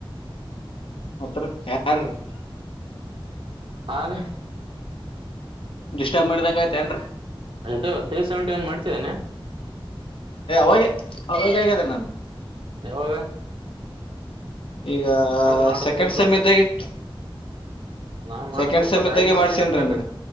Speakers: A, on the left; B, on the right.
A: ಮತ್ ರಿ <unintelligible>
B: ಆದ್ರೆ
A: ಡಿಸ್ಟರ್ಬ್ ಮಾಡ್ದಂಗ ಆಯ್ತೇನ್ರೀ.
B: ಅದು ತ್ರೀ ಸೆವೆಂಟಿ ಒನ್ ಮಾಡ್ಸಿಧೇನು.
A: ಏ ಅವಾಗ ಅವಾಗ ಆಗಿದ್ರೆ ನಂದು.
B: ಯವಾಗ.
A: ಈಗ
B: ಮಾಡಸ್ಬೇಕು
A: ಸೆಕೆಂಡ್ ಸೆಮ್
B: ಸ್ವಲ್ಪ
A: ಇದ್ದಾಗೆ.
B: ನಾನ್
A: ಸೆಕೆಂಡ್
B: ಮಾಡಸ್ಬೇಕು
A: ಸೇಮ್ ಇದ್ದಾಗ
B: ಡಾಕ್ಯುಮೆಂಟ್ಸ್
A: ಮಾಡ್ಸೇನಿ
B: ಏನೇನ್ ಬೇಕು
A: ನಾ.